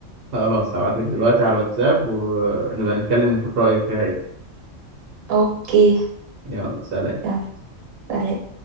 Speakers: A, on the right (about 50°); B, on the right (about 85°).
A: خلاص هبعت لك دلوقتي على الواتساب ونبقى نتكلم نشوف رأيك فيها إيه
B: اوكي
A: يلا سلام
B: يلا سلام